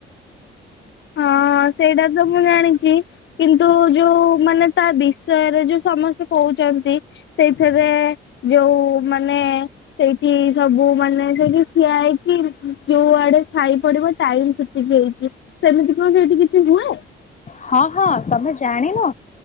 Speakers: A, on the left; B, on the left.
A: ହଁ ସେଇଟା ତ ମୁଁ ଜାଣିଛି କିନ୍ତୁ ଯୋଉ ମାନେ ତା ବିଷୟରେ ଯୋଉ ସମସ୍ତେ କଉଛନ୍ତି ସେଇଥିରେ ଯୋଉ ମାନେ ସେଇଠି ସବୁ ମାନେ ସେଇଠି ଠିଆ ହେଇକି ଯୋଉ ଆଡେ ଛାଇ ପଡିବ ଟାଇମ ସେତିକି ହେଇଛି ସେମିତି କଣ ସେଇଠି କିଛି ହୁଏ
B: ହଁ ହଁ ତମେ ଜାଣିନ